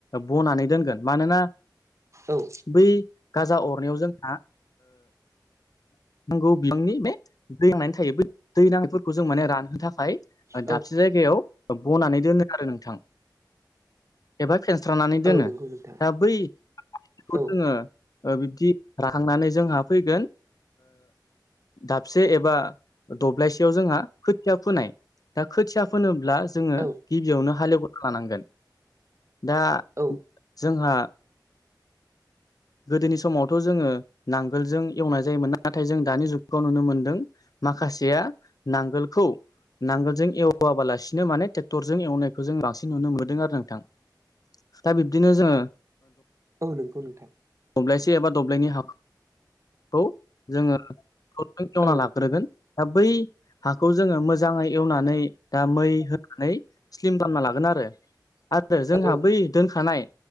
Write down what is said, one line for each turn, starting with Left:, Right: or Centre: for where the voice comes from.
Left: बनानै दोनगोन मानोना
Right: औ
Left: बै गाजा अरनायाव जोंहा नांगौ बिबांनि बे दै नांनानै थायो बे दै नांनायफोरखौ जों माने रानहोनो थाखाय दाबसे
Right: औ
Left: जायगायाव बनानै दोनो आरो नोंथां एबा फेनस्रानानै दोनो
Right: औ नंगौ नोंथां
Left: दा बैखौ
Right: औ
Left: जोङो बिदि थांनानै जोंहा फैगोन दाबसे एबा दब्लायसेयाव जोंहा खोथिया फोनाय दा खोथिया फोनोब्ला जोङो
Right: औ
Left: गिबियावनो हाले एवग्रोनो लानांगोन दा
Right: औ
Left: जोंहा गोदोनि समावथ' जोङो नांगोलजों एवनाय जायोमोन नाथाय जों दानि जुगाव नुनो मोनदों माखासेया नांगोलखौ नांगोलजों एवाबालासिनो माने ट्रेक्टरजों एवनायखौ जों बांसिन नुनो मोनदों आरो नोंथां दा बिब्दिनो जोङो
Right: औ नंगौ नोंथां
Left: दब्लायसे एबा दब्लायनै हाखौ जोङो एवना
Right: औ
Left: लाग्रोगोन दा बै हाखौ जोङो मोजाङै एवनानै दा मै होनानै स्लिम बानायना लागोन आरो आरो जोंहा
Right: औ
Left: बै दोनखानाय